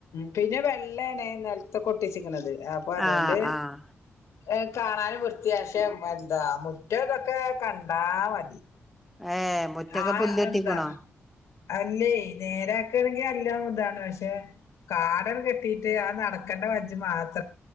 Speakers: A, on the left (about 90°); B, in the centre.
A: പിന്നെ വെള്ളേണെ നെൽത്തൊ കൊട്ടിച്ചിക്ക്ണത് അപ്പൊ അതുകൊണ്ട്
B: ആഹ് ആഹ്
A: ർ കാണാനും വൃത്തിയാ പക്ഷെ എന്താ മുറ്റം ഇതൊക്കെ കണ്ടാ മതി
B: ഏഹ് മുറ്റൊക്കെ
A: ആഹ
B: പുല്ല് കെട്ടിക്കണോ
A: എന്താ അല്ലേ നേരാക്കയാണെങ്കിൽ അല്ലാം ഇതാണ് പക്ഷെ കാടന കെട്ടീട്ട് ആ നടക്കേണ്ട വജ്ജ് മാത്രം